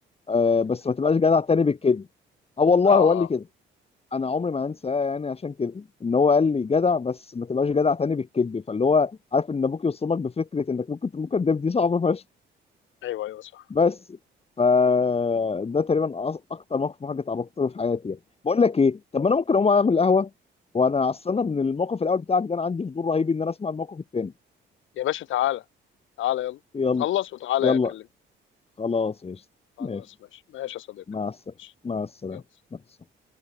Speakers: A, on the left (about 30°); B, on the left (about 75°).
A: آه بس ما تبقاش جدع تاني بالكده اه والله
B: اه
A: هو قال
B: اه
A: لي كده انا عمري ما هنساه يعني عشان كده ان هو قال لي جدع بس ما تبقاش جدع تاني بالكذب فاللي هو عارف ان ابوك يوصمك بفكره انك ممكن ممكن تكون كداب دي صعبه فشخ
B: ايوه ايوه صح
A: بس ف ده تقريبا أص- اكتر موقف محرج اتعرضت له في حياتي يعني بقول لك ايه طب ما انا ممكن اقوم اعمل قهوه وانا اصل انا من الموقف الاول بتاعك ده انا عندي فضول رهيب ان انا اسمع الموقف التاني
B: يا باشا تعالى تعالى يلا
A: يلا
B: خلص وتعالى
A: يلا
B: اكلمك
A: خلاص يا شيخ.
B: خلاص
A: ماشي
B: ماشي ماشي يا صديقي
A: مع السلامه
B: ماشي
A: مع السلامه
B: يلا
A: مع السلامه